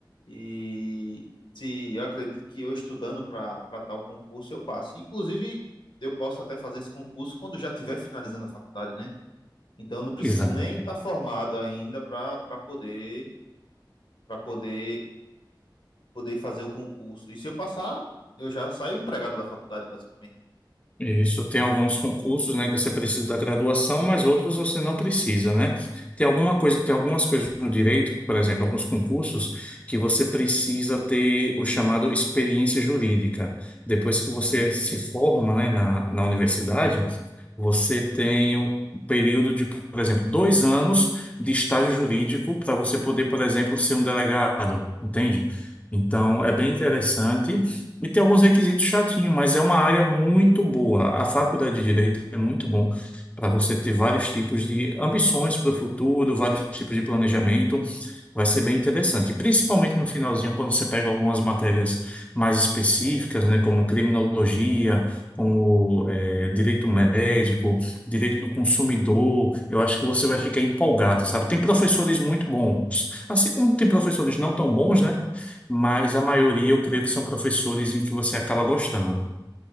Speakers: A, on the left; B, on the left.
A: e se eu acredito que eu estudando para para tal concurso eu passo. Inclusive, eu posso até fazer esse concurso quando já estiver finalizando a faculdade, né? Então não preciso
B: Exato.
A: nem estar formado ainda para para poder para poder poder fazer o concurso. E se eu passar, eu já saio empregado da faculdade, basicamente.
B: Isso, tem alguns concursos, né, que você precisa da graduação, mas outros você não precisa, né? Tem alguma coisa, tem algumas coisas no direito, por exemplo, alguns concursos que você precisa ter o chamado experiência jurídica. Depois que você
A: Sim.
B: se forma, né, na, na universidade, você tem um período de, por exemplo, dois anos de estágio jurídico para você poder, por exemplo, ser um delegado, entende? Então,
A: Entendo.
B: é bem interessante. E tem alguns requisitos chatinhos, mas é uma área muito boa. A faculdade de Direito é muito bom para você ter vários tipos de ambições para o futuro, vários tipos de planejamento. Vai ser bem interessante. E principalmente no finalzinho, quando você pega algumas matérias mais específicas, né, como criminologia, como eh, direito médico, direito do consumidor, eu acho que você vai ficar empolgado, sabe? Tem professores muito bons, assim como tem professores não tão bons, né? mas a maioria
A: Sim.
B: eu creio que são professores em que você acaba gostando.